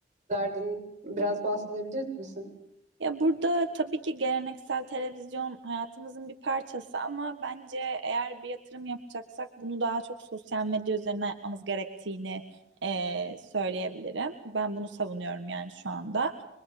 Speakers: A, on the right (about 40°); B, on the right (about 80°).
A: sürdürdün? Biraz bahsedebilir misin?
B: Ya burada tabii ki geleneksel televizyon hayatımızın bir parçası ama bence eğer bir yatırım yapacaksak bunu daha çok sosyal medya üzerinden yapmamız gerektiğini e, söyleyebilirim. Ben bunu savunuyorum yani şu anda.